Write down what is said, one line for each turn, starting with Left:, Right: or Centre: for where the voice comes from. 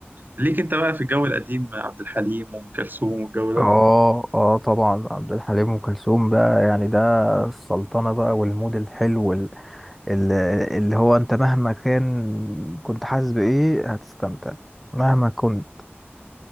Right: ليك انت بقى في الجو القديم عبد الحليم وام كلثوم والجو ده
Centre: اه اه طبعا عبد الحليم ام كلثوم بقى يعني ده السلطنه بقى والمود الحلو ال- ال- اللي هو انت مهما كان كنت حاسس بايه هتستمتع مهما كنت